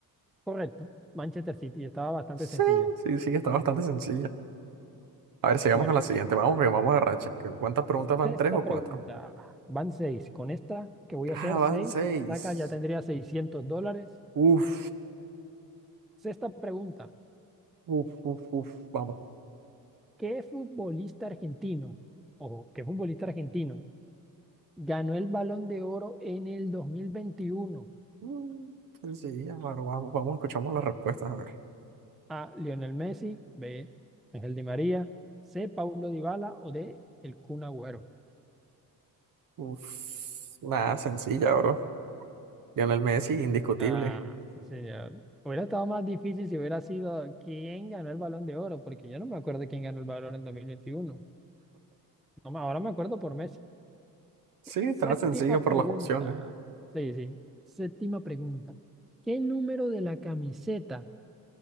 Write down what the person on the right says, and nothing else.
Sí,
sí, sí, está bastante sencilla. A ver, sigamos
con la siguiente. Vamos, porque vamos a racha. ¿Cuántas preguntas van?
¿Tres o
cuatro?
Ah,
van
seis.
Uf,
uf, uf, uf. Vamos.
Mm, Sencilla, bro. Vamos, vamos, escuchamos las
respuestas, a ver.
Uf, nada, sencilla, bro. Lionel Messi, indiscutible.
Sí, estaba
sencillo por
las opciones.